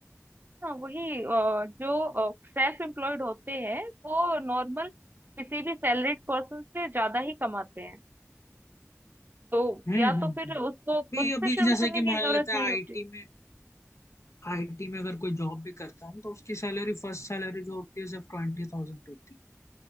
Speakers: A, on the right (about 40°); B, on the left (about 70°).
A: हाँ वही अ, जो सेल्फ एम्प्लॉयड होते हैं वो नॉर्मल किसी भी सैलरीड पर्सन से ज्यादा ही कमाते हैं तो
B: हम्म
A: या
B: हम्म
A: तो
B: हम्म।
A: फिर उसको खुद
B: अभी अभी
A: से शुरू
B: जैसे
A: करने
B: कि
A: की
B: मान
A: जरूरत
B: लेते हैं
A: नहीं
B: आईटी
A: होती
B: में आईटी में अगर कोई जॉब भी करता है तो उसकी सैलरी फर्स्ट सैलरी जो होती है सिर्फ ट्वेंटी थाउजेंड होती है